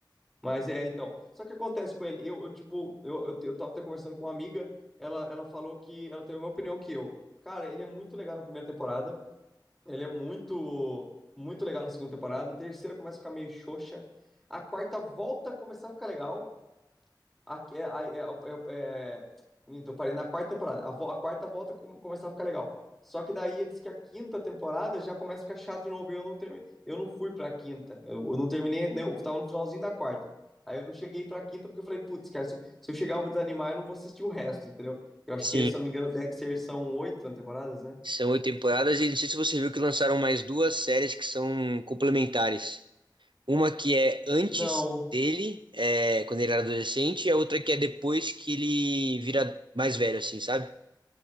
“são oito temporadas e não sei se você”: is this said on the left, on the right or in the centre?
Right